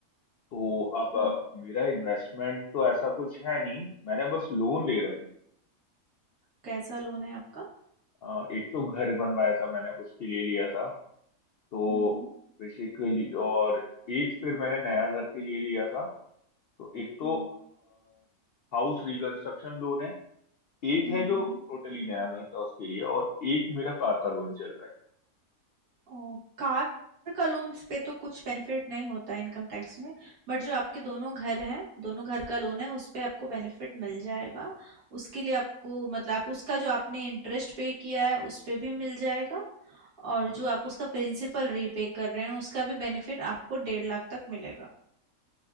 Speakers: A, on the left; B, on the right.
A: तो
B: हम्म,
A: अब अ, मेरा इन्वेस्टमेंट तो ऐसा कुछ है नहीं मैंने बस लोन ले रखे हैं
B: कैसा लोन है आपका
A: अ, एक तो घर बनवाया था मैंने उसके लिए लिया था तो
B: हम्म हम्म
A: बेसिकली और एक फिर मैंने नया घर के लिए लिया था तो एक
B: हम्म
A: तो हाउस रिकंस्ट्रक्शन लोन है एक
B: हम्म
A: है
B: हम्म
A: जो टोटली नया घर था उसके लिए और एक मेरा कार का लोन चल रहा है
B: ओ, कार का लोन्स पे तो कुछ बेनिफिट नहीं होता है इनकम टैक्स में बट जो आपके दोनों घर हैं दोनों घर का लोन है उस पे आपको बेनिफिट मिल जाएगा उसके लिए आपको मतलब आप उसका जो आपने इंटरेस्ट पे किया है उस पे भी मिल जाएगा और
A: हम्म हम्म।
B: जो आप उसका प्रिंसिपल रीपे कर रहे हैं उसका भी बेनिफिट आपको डेढ़ लाख तक मिलेगा